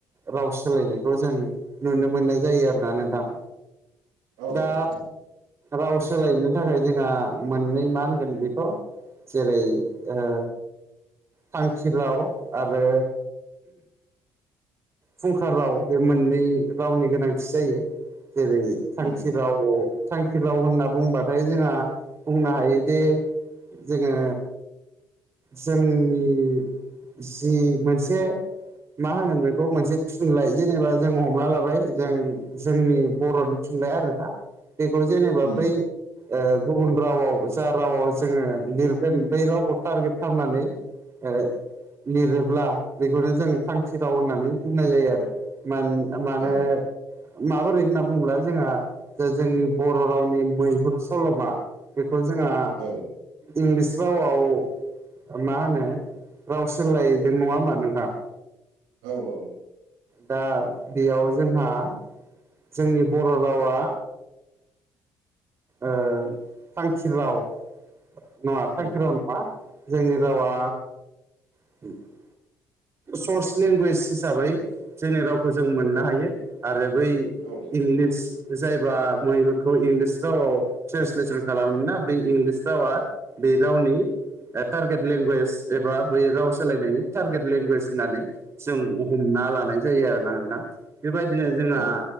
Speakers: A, on the right; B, on the right.
A: राव सोलायनायखौ जों नुनो मोननाय जायो आरोना नोंथां
B: औ
A: दा
B: औ
A: राव सोलायनो थाखाय जोंहा मोननै मा होनगोन बेखौ जेरै ओ थांखि राव आरो फुंखा राव बे मोननै रावनि गोनांथि जायो जेरै थांखि
B: उम
A: रावाव थांखि राव होनना बुंबाथाय जोंहा बुंनो हायोदि जोङो जोंनि जि मोनसे मा होनो बेखौ मोनसे थुनलाइ जेनेबा जों हमना लाबाय जों जोंनि बर'नि थुनलाइ आरोना बेखौ जेनेबा
B: उम
A: बै ओ गुबुन रावाव जा रावाव जोङो लिरगोन बै रावखौ टारगेट खालामनानै ओ लिरोब्ला बेखौनो जों थांखि राव होननानै बुंनाय जायो आरो मान मानो
B: औ
A: माबोरै होनना बुंङोब्ला जोंहा जे जोंनि बर' रावनि मैहुर सल'मा बेखौ जोंहा
B: औ
A: इंलिस रावाव मा होनो राव सोलायदों नङा होमबा नोंथां
B: औ औ
A: दा बेयाव जोंहा जोंनि बर' रावा ओ थांखि राव नङा थांखि
B: उम
A: राव नङा जोंनि रावा <inaudible> सर्स लेंगुवेज हिसाबै जोंनि रावखौ जों मोननो हायो आरो बै
B: औ
A: इंलिस जायबा मैहुरखौ इंलिस रावाव ट्रेन्सलेसन खालामोना बे इंलिस रावा बे रावनि टारगेट लेंगुवेज एबा बै राव सोलायनायनि टारगेद लेंगुवेज होननानै जों हमना लानाय जायो आरोना नोंथां बेबायदिनो जोङा
B: औ